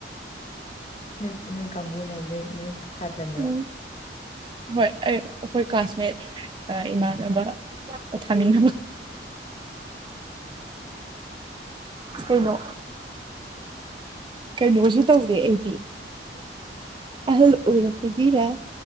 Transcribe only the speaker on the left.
ꯅꯣꯏ ꯅꯣꯏ ꯀꯥꯡꯕꯨꯅ ꯅꯣꯏ ꯅꯣꯏ ꯁꯥꯇ꯭ꯔꯅꯔꯣ